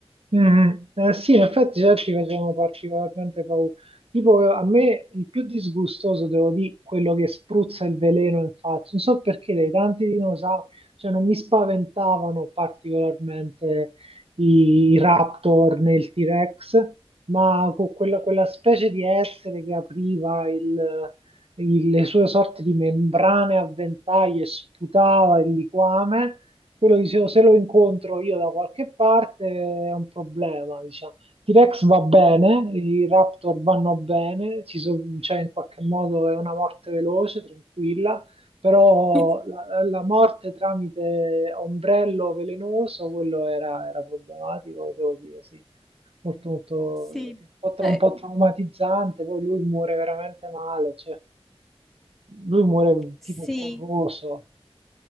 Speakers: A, on the right; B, in the centre.
A: Mm, eh, sì, in effetti già ci facevano particolarmente paura. Tipo, a me il più disgustoso, devo dire, quello che spruzza il veleno in faccia. Non so perché dei tanti dinosauri, cioè non mi spaventavano particolarmente i, i Raptor né il T-Rex, ma con quella, quella specie di essere che apriva il- il- le sue sorte di membrane a ventaglio e sputava il liquame. Quello dicevo, se lo incontro io da qualche parte è un problema, diciamo. T-Rex va bene, i Raptor vanno bene, ci so- cioè in qualche modo è una morte veloce, tranquilla, però
B: <laughs>
A: la, la morte tramite ombrello velenoso, quello era, era problematico, devo dire, sì. Molto, molto,
B: Sì,
A: sì. Un po' tra-
B: eh,
A: un po' traumatizzante, poi lui muore veramente male, cioè, lui muore
B: sì.
A: tipo corroso.